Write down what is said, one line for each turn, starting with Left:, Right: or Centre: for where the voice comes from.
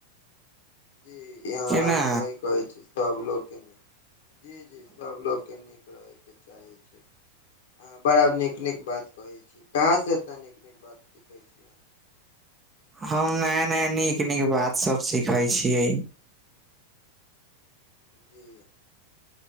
Left: जी यहाँहाँ
Right: कि ने
Left: सही कहै छी सभ लोक के जी जी सभ लोकके नीक रहैके चाहै छै। अहाॅं बड़ा नीक नीक बात कहैत छी कहाँसँ एतना नीक नीक बात सीखै छी अहाॅं?
Right: हम नया नया नीक नीक बात सब सिखै छियै।
Left: जी।